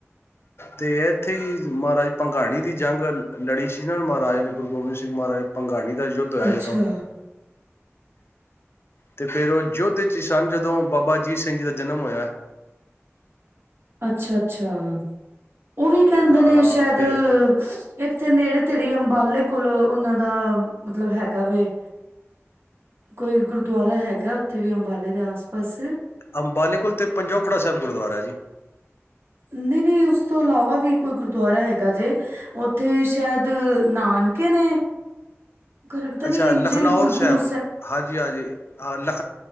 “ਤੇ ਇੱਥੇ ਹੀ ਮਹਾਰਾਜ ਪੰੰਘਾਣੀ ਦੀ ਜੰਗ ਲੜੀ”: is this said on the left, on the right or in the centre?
Left